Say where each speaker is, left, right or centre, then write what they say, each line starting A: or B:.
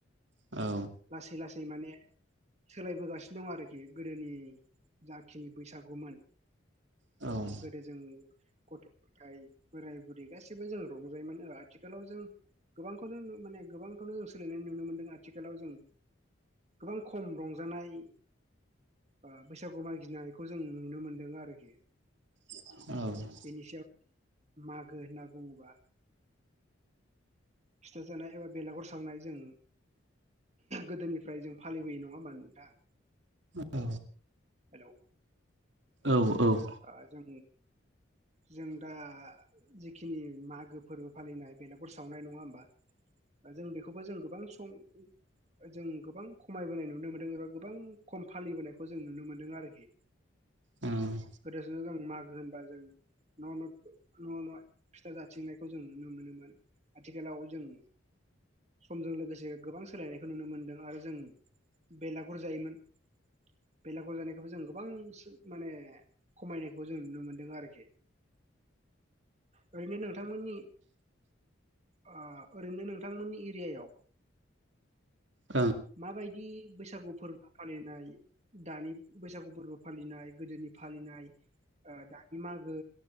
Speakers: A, on the right; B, on the right.
A: औ
B: लासै लासै माने सोलायबोगासिनो दं आरोखि गोदोनि जाखिनि बैसागुमोन
A: औ
B: जे जों गथ' गथाय बोराय बुरै गासिबो जों रंजायोमोन ओ आथिखालाव जों गोबांखौनो नु माने गोबांखौनो जों सोललिनाय नुनो मोनदों आथिखालाव जों गोबां खम रंजानाय ओ बैसागु मागिनायखौ जों नुनो मोनदों आरोखि
A: औ
B: बेनि सायाव मागो होनना बुङोबा फिथा जानाय एबा बेलागुर सावनाय जों गोदोनिफ्राय जों फालिबोयो नङा होमबा नोंथां
A: औ
B: हेलौ
A: औ औ
B: ओ जों जों दा जिखिनि मागो फोरबो फालिनाय बेलागुर सावनाय नङा होमबा जों बेखौबो जों गोबां सम जों गोबां खमायबोनाय नुनो मोनदों एबा गोबां खम फालिबोनायखौ जों नुनो मोन्दों आरोखि
A: ओम
B: गोदोसो जों मागो होनबा जों न' न' न' न' फिथा जाथिंनायखौ जों नुनो मोनोमोन आथिखालाव जों समजों लोगोसे गोबां सोलायनायखौ नुनो मोनदों आरो जों बेलागुर जायोमोन बेलागुर जानायखौबो जों गोबां सो माने खमायनायखौ जों नुनो मोनदों आरोखि ओरैनो नोंथांमोननि ओ ओरैनो नोंथांमोननि एरियायाव
A: ओं
B: माबायदि बैसागु फोरबो फालिनाय दानि बैसागु फोरबो फालिनाय गोदोनि फालिनाय ओ दानि मागो